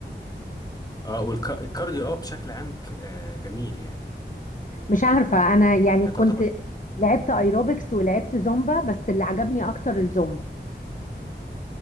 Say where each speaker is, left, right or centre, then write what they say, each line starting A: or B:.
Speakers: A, on the left (about 20°); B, on the left (about 45°).
A: اه والكارديو اه بشكل عام ك- آه، جميل يعني
B: مش عارفة انا يعني
A: هي
B: كنت
A: تعتبر
B: لعبت ايروبكس ولعبت زومبا بس اللي عجبني اكتر الزومبا